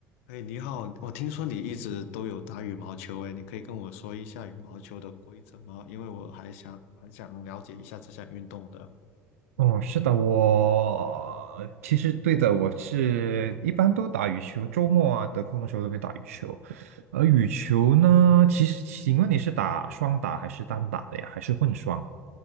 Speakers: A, on the left; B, on the right.
A: 哎，你好，我听说你一直都有打羽毛球，哎，你可以跟我说一下羽毛球的规则吗？因为我还想蛮想了解一下这项运动的。
B: 哦，是的，我其实对的，我是一般都打羽球，周末啊得空的时候都会打羽球。而羽球呢，其实请问你是打双打还是单打的呀？还是混双？